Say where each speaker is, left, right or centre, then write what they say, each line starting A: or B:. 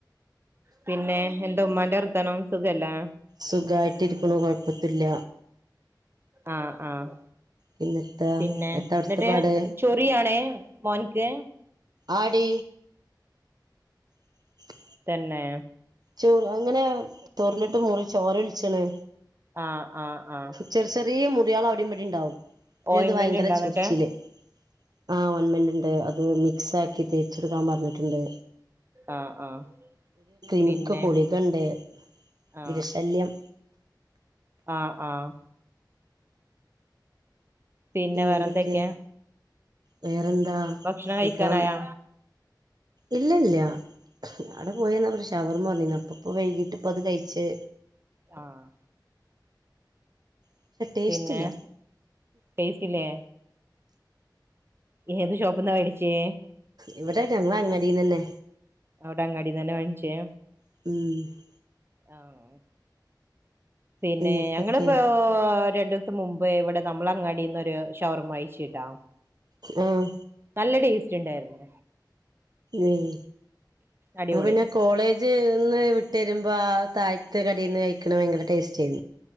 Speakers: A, on the right; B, on the right.
A: പിന്നെ എന്താ ഉമ്മാന്റെ വർത്താനം സുഖല്ലെ?
B: സുഖായിട്ടിരിക്ക്ണു കുഴപ്പത്തുല്ല.
A: ആഹ് ആഹ്
B: പിന്നെത്താ
A: പിന്നെ
B: എത്താ അവിടുത്തെ
A: ന്നിട്ട്
B: പാട്
A: ചോ റിയാണെ മോന്ക്ക്?
B: ആഹ് ടി <inaudible>
A: തന്നെ
B: ചൊർ അങ്ങനെ തൊറിഞ്ഞിട്ട് മുറി ചോര ഒൽച്ച്ണ്
A: ആഹ് ആഹ് ആഹ്
B: ചെർ ചെറ്യേ മുറികള് അവിടിം ഇവിടിം ഉണ്ടാവും. പിന്നെ
A: ഓയിൻമെന്റ്
B: ഇത് ഭയങ്കര
A: ഇണ്ടാ
B: ചൊറിച്ചില്
A: എന്നിട്ട്
B: ആഹ് ഓൽമെന്റ്ണ്ട്. അത് മിക്സ് ആക്കി തേച്ചെടുക്കാൻ പറഞ്ഞിട്ടുണ്ട്.
A: ആഹ് ആഹ്
B: ഇന്ക്ക്
A: പിന്നെ
B: കുളികണ്ട്
A: ആഹ്
B: വിരശല്യം
A: ആഹ് ആഹ് പിന്നെ
B: പിന്നെന്തൊക്കെ,
A: വേറെന്തൊക്കെയാ
B: വേറെന്താ?
A: ഭക്ഷണം
B: സുഖം.
A: കഴിക്കാനായാ
B: ഇല്ല ല്ല അവിടെ പോയിവന്നപ്പോ ഒരു ഷവർമ കൊടന്നീന്നു അപ്പ ഇപ്പോ വൈകീട്ട് ഇപ്പ അത് കഴിച്ച്.
A: ആഹ്
B: പക്ഷെ ടേസ്റ്റ്
A: പിന്നെ,
B: ഇല്ല
A: ടെസ്റ്റില്ലേ? ഏത് ഷോപ്ന്നാ വേടിച്ചേ?
B: ഇവിടെ ഞങ്ങള അങ്ങാടീന്നന്നെ
A: അവിടെ അങ്ങാടിന്നന്നെ വാങ്ങിച്ചേ?
B: ഉം
A: ആഹ് പിന്നെ
B: പിന്നെത്തൊക്കെ
A: ഞങ്ങളപ്പോ രണ്ടു ദിവസം മുമ്പ് ഇവിടെ നമ്മൾ അങ്ങാടിന്നൊരു ഷവർമ കഴിച്ചുട്ടോ
B: ഉം
A: നല്ല ടേസ്റ്റ് ഉണ്ടായിരുന്നു
B: ഉം
A: അടിപൊളി
B: അത് പിന്നെ കോളേജ്ൽ നിന്ന് വിട്ട് വരുമ്പോൾ ആ താഴത്തെ കടേൽ നിന്ന് കഴിക്കണ ഭയങ്കര ടേസ്റ്റ് ആയിരുന്നു